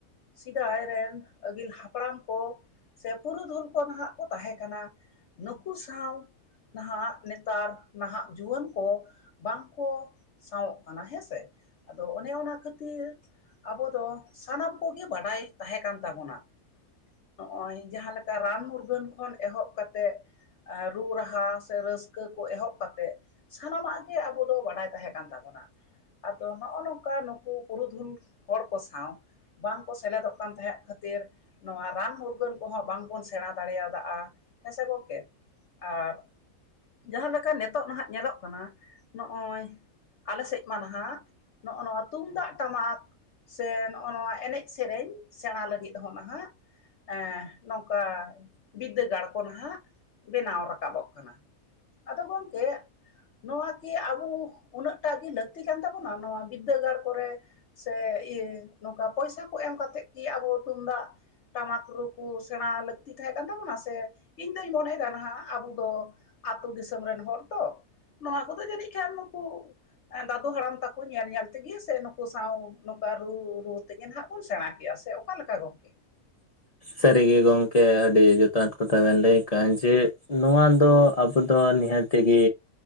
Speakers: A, on the left; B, on the left.
A: ᱥᱮᱫᱟᱭ ᱨᱮᱱ ᱟᱹᱜᱤᱞ ᱦᱟᱯᱲᱟᱢ ᱠᱚ ᱥᱮ ᱯᱩᱨᱩᱫᱷᱩᱞᱼᱼ ᱠᱚ ᱱᱟᱦᱟᱜ ᱠᱚ ᱛᱟᱦᱮᱸ ᱠᱟᱱᱟ ᱱᱩᱠᱩ ᱥᱟᱶᱼᱼ ᱱᱟᱦᱟᱜ ᱱᱮᱛᱟᱨ ᱱᱟᱦᱟᱜ ᱡᱩᱣᱟᱹᱱ ᱠᱚ ᱵᱟᱝᱠᱚᱼᱼ ᱥᱟᱶᱚᱜ ᱠᱟᱱᱟ ᱦᱮᱸᱥᱮ ᱟᱫᱚ ᱚᱱᱮ ᱚᱱᱟ ᱠᱷᱟᱹᱛᱤᱨᱼᱼ ᱟᱵᱚ ᱫᱚ ᱥᱟᱱᱟᱢ ᱠᱚᱜᱮ ᱵᱟᱰᱟᱭ ᱛᱟᱦᱮᱸ ᱠᱟᱱ ᱛᱟᱵᱚᱱᱟ᱾ ᱱᱚᱜᱼᱚᱭ ᱡᱟᱦᱟᱸᱮ ᱞᱮᱠᱟ ᱨᱟᱱ ᱢᱩᱨᱜᱟᱹᱱ ᱠᱷᱚᱱ ᱮᱦᱚᱵ ᱠᱟ ᱠᱟᱛᱮᱜ᱾ ᱨᱩ ᱨᱟᱦᱟ ᱥᱮ ᱨᱟᱹᱥᱠᱟᱹ ᱠᱚ ᱮᱦᱚᱵ ᱠᱟᱛᱮᱫ ᱥᱟᱱᱟᱢᱟᱜ ᱜᱮ ᱟᱵᱚ ᱫᱚ ᱵᱟᱰᱟᱭ ᱛᱟᱦᱮᱸ ᱠᱟᱱ ᱛᱟᱵᱚᱱᱟ᱾ ᱟᱫᱚ ᱱᱚᱜᱼᱚ ᱱᱚᱝᱠᱟ ᱱᱩᱠᱩ ᱯᱩᱨᱩ ᱫᱷᱩᱱ ᱦᱚᱲ ᱠᱚ ᱥᱟᱶ, ᱵᱟᱝᱠᱚ ᱥᱮᱞᱮ ᱫᱚᱜ ᱠᱟᱱ ᱛᱟᱦᱮᱸᱫ ᱠᱷᱟᱹᱛᱤᱨ ᱱᱚᱣᱟ ᱨᱟᱱ ᱢᱩᱨᱜᱟᱹᱱ ᱠᱚᱦᱚᱸ ᱵᱟᱝᱵᱚᱱ ᱥᱮᱬᱟ ᱫᱟᱲᱮᱭᱟᱫᱟ ᱦᱮᱸ ᱥᱮ ᱜᱚᱢᱠᱮ ᱟᱨᱼᱼ ᱡᱟᱦᱟᱸᱮᱠᱟ ᱱᱤᱛᱚᱜ ᱱᱟᱦᱟᱜ ᱧᱮᱞᱚᱜ ᱠᱟᱱᱟ ᱱᱚᱜᱼᱚᱭ ᱟᱞᱮ ᱥᱮᱫ ᱢᱟ ᱱᱟᱦᱟᱜ ᱱᱚᱜᱼᱚ ᱱᱚᱣᱟ ᱛᱩᱢᱫᱟᱜ ᱴᱟᱢᱟᱠ ᱥᱮ ᱱᱚᱜᱼᱚ ᱱᱚᱣᱟ ᱮᱱᱮᱡ ᱥᱮᱨᱮᱧ ᱥᱮᱬᱟ ᱞᱟᱹᱜᱤᱫ ᱦᱚᱸ ᱱᱟᱦᱟᱜᱼᱼ ᱮ ᱱᱚᱝᱠᱟ ᱵᱤᱫᱽᱫᱟᱹᱜᱟᱲ ᱠᱚ ᱱᱟᱦᱟᱜ ᱵᱮᱱᱟᱣ ᱨᱟᱠᱟᱵᱚᱜ ᱠᱟᱱᱟ᱾ ᱟᱫᱚ ᱜᱚᱢᱠᱮᱼᱼ ᱱᱚᱣᱟ ᱠᱤ ᱟᱵᱚ ᱩᱱᱟᱹᱜᱴᱟᱜ ᱜᱮ ᱞᱟᱹᱠᱛᱤ ᱠᱟᱱ ᱛᱟᱵᱚᱱᱟ ᱱᱚᱣᱟ ᱵᱤᱫᱽᱫᱟᱹᱜᱟᱲ ᱠᱚᱨᱮ? ᱥᱮ ᱱᱚᱝᱠᱟ ᱯᱚᱭᱥᱟ ᱠᱚ ᱮᱢ ᱠᱟᱛᱮᱫ ᱜᱮ ᱟᱵᱚ ᱛᱩᱢᱫᱟᱜ᱾ ᱴᱟᱢᱟᱠ ᱨᱩ ᱠᱚ ᱥᱮᱬᱟ ᱞᱟᱹᱠᱛᱤ ᱛᱟᱦᱮᱸ ᱠᱟᱱ ᱛᱟᱵᱚᱱᱟ ᱥᱮ ᱤᱧ ᱫᱩᱧ ᱢᱚᱱᱮᱭᱮᱫᱟ ᱱᱟᱦᱟᱜ ᱟᱵᱚ ᱫᱚᱼᱼ ᱟᱹᱛᱩᱳ ᱫᱤᱥᱚᱢ ᱨᱮᱱ ᱦᱚᱲ ᱛᱚ ᱱᱚᱣᱟ ᱠᱚᱫᱚ ᱡᱟᱹᱱᱤᱡ ᱠᱷᱟᱱ ᱱᱩᱠᱩᱼᱼ ᱫᱟᱹᱫᱩ ᱦᱟᱲᱟᱢ ᱛᱟᱠᱚ ᱧᱮᱞ ᱧᱮᱞ ᱛᱮᱜᱮ ᱥᱮ ᱱᱩᱠᱩ ᱥᱟᱶ ᱱᱚᱝᱠᱟ ᱨᱩ ᱨᱩ ᱛᱮᱜᱮ ᱱᱟᱦᱟᱜ ᱵᱚᱱ ᱥᱮᱬᱟ ᱠᱮᱼᱟ ᱥᱮᱼᱼ ᱚᱠᱟ ᱞᱮᱠᱟ ᱜᱚᱢᱠᱮᱼᱼ
B: ᱥᱟᱹᱨᱤᱜᱮ ᱜᱚᱢᱠᱮ ᱟᱹᱰᱤ ᱡᱚᱛᱷᱟᱛ ᱠᱟᱛᱷᱟ ᱵᱮᱱ ᱞᱟᱹᱭ ᱟᱠᱟᱫᱼᱟ ᱡᱮᱼᱼ ᱱᱚᱣᱟ ᱫᱚ ᱟᱵᱚ ᱫᱚ ᱱᱤᱦᱟᱹᱛᱜᱮᱼᱼ